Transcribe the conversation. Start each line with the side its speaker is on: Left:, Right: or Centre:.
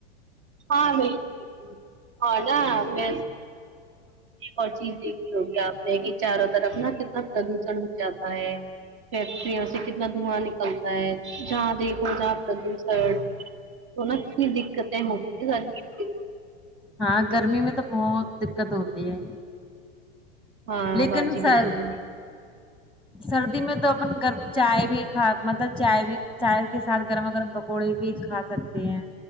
Right: ہاں بھائی <unintelligible> ہاں نا میں اور چیز دیکھی ہوگی آپ نے کہ چاروں طرف نا کتنا پردوشن ہو جاتا ہے فیکٹریوں سے کتنا دھواں نکل تا ہے جہاں دیکھو جہاں پردوشن تو نہ کتنی دکتیں ہو <unintelligible>
Centre: ہاں گرمی میں تو بہت دکت ہوتی ہے
Right: ہاں
Centre: لیکن
Right: باجی
Centre: سر
Right: بالکل
Centre: سردی میں تو اپن گرم چائے بھی کھ مطلب چائے بھی چائے کے ساتھ گرما گرم پکوڑے بھی کھا سکتے ہیں